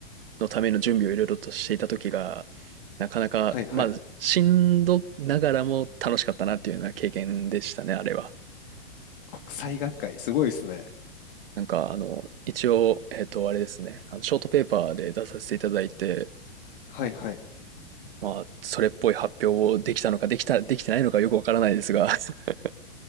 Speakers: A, on the right (about 70°); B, on the left (about 60°).
A: のための準備をいろいろとしていた時が、なかなか、
B: はいはい。
A: まあ、しんどながらも楽しかったなっていうような経験でしたね、あれは。
B: 国際学会、すごいですね。
A: なんか、あの、一応、えっと、あれですね、あの、ショートペーパーで出させていただいて、
B: はいはい。
A: まあ、それっぽい発表をできたのか、できた、できてないのかよくわからないですが、<laughs>